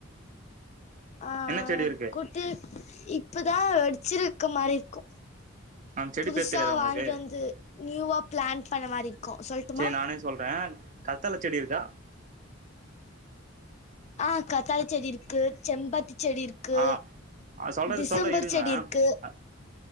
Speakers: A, on the left (about 35°); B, on the right (about 40°).
A: ஆ
B: என்ன செடி இருக்கு
A: குட் டு இப்ப தா வெடிச்சிருக்க மாரி இருக்கு
B: அந்த செடி
A: புதுசா
B: பேர் தெரியாதா உங்களுக்கு
A: வாங்கிட்டு வந்து நியூவா பிளான் பண்ண மாரி இருக்கு சொல்ட்டுமா
B: செரி நானே சொல்றே கத்தால செடி இருக்கா
A: ஆ கத்தாழ செடி இருக்கு செம்பத் செடி இருக்கு
B: ஆ ஆ, சொல்றது
A: திசம்பர்
B: சொல்றே இருங்க
A: செடி இருக்கு
B: அ,